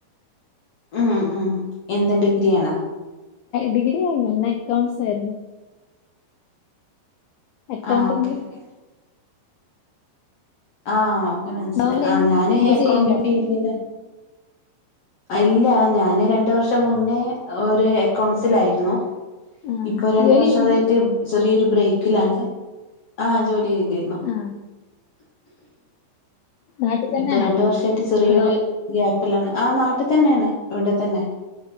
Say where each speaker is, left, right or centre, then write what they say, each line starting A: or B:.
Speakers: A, on the left; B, on the left.
A: ഉം ഉം എന്താ ഡിഗ്രിയാണാ
B: ഡിഗ്രി കഴിഞ്ഞ് എന്നാ അക്കൗണ്ട്സ് രുന്നു അക്കൗണ്ടിങ്ങില്
A: ആ ഓക്കേ ഓക്കേ ആഹ് മനസ്സിലായ്
B: എന്താ
A: ആ ഞാന് അക്കൗണ്ടിങ്
B: ചെയ്യണ്ട
A: ഫീൽഡില് ഇല്ല ഞാന് രണ്ട് വർഷം മുന്നേ ഒരു അക്കൗൺസിലായിരുന്നു
B: ആ
A: ഇപ്പൊ രണ്ട്
B: ജോലി
A: വർഷായിട്ട്
B: ചെയ്തിന്
A: ചെറിയ ബ്രേക്കിലാണ് ആ ജോലി ചെയത രുന്നു <inaudible>
B: ആ നാട്ടിൽ തന്നെയാണോ
A: ഇപ്പൊ രണ്ട് വർഷമായിട്ട് ചെറിയൊരു
B: അതോ
A: ഗ്യാപ്പിലാണ്. ആ നാട്ടിൽ തന്നെയാണ് ഇവിടെ തന്നെ